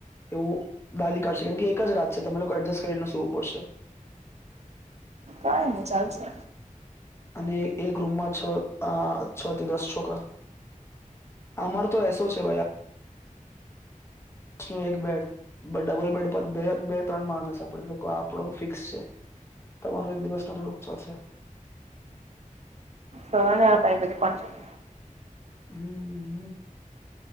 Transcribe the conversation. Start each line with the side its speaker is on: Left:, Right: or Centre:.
Left: એવું ડાલી કાઢશે કેમ કે એક જ રાત છે તમે લોકો એડજસ્ટ કરીને સુવું પડશે
Right: કાઈ ન‌ઇ ચાલશે
Left: અને એક રૂમમાં છ આ છ થી દસ છોકરા અમાર તો એસો છે ભૈયા દસ નું એક બેડ ડબલ બેડ પર બે બે ત્રણ માણસ આપડ લોકો આપણો ફિક્સ છે તમારું એક દિવસ ના થોડુંક ચોલસે
Right: શોણી પ બધ કોણ છો <unintelligible>
Left: હમ હમ